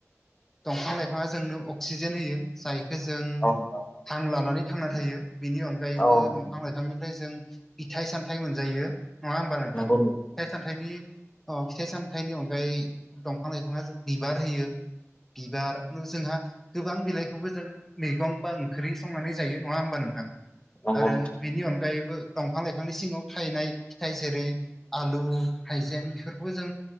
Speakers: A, in the centre; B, on the left (about 25°).
A: दंफां लाइफाङा जोंनो अक्सिजेन होयो जायखो जों
B: औ नंगौ
A: हां लानानै थांना थायो। बेनि अनगायैबो
B: नोंथां
A: दंफां लाइफांनिफ्राय जों फिथाइ सामथाइ मोनजायो। नंङा होमबा नोंथां
B: नंगौ
A: फिथाइ
B: नंगौ
A: सामथायनि अ फिथाइ साम थाइनि अनगायै दंफां लाइफाङा बिबार होयो बिबार खु जोंहा गोबां बिलाइखौबो जों मैगं बा ओंख्रि संनानै जायो नङा होमबा नोंथां?
B: नंगौ
A: आरो बेनि अन गायैबो दंफां लाइफांनि सिङाव थायनाय फिथाइ जेरै आलु हाइजें बेफोरखौबो जों